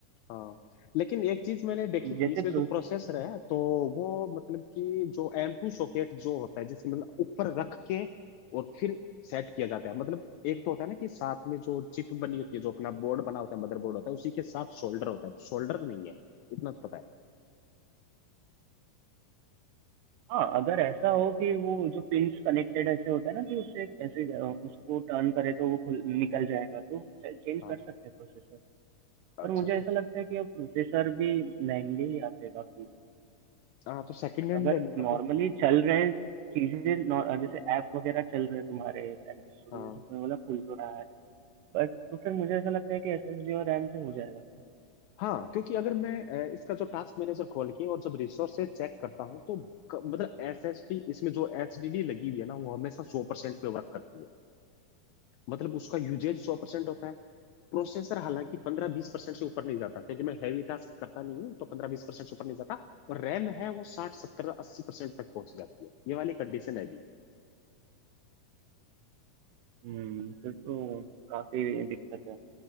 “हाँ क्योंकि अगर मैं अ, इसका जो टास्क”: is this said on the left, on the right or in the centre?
Left